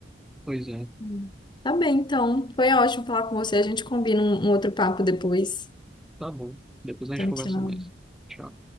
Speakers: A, in the centre; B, on the left.
A: Pois é,
B: Hum. Tá bem, então. Foi ótimo falar com você. A gente combina um um outro papo depois.
A: tá bom. Depois a
B: Então,
A: gente conversa
B: tchau.
A: mais. Tchau.